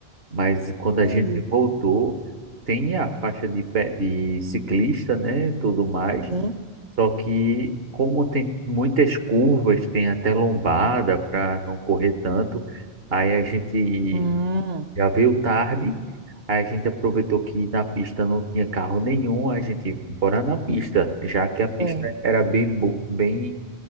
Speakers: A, on the right; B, on the right.
A: Mas quando a
B: Entendi.
A: gente voltou, tem a faixa de, pe- de ciclista, né, tudo mais.
B: Sim.
A: Só que como tem muitas curvas, tem até lombada para não correr tanto, aí a gente
B: Hum,
A: já veio tarde, aí a gente aproveitou que na pista não tinha carro nenhum, a gente bora na pista, já que a pista
B: é.
A: era bem, bo- bem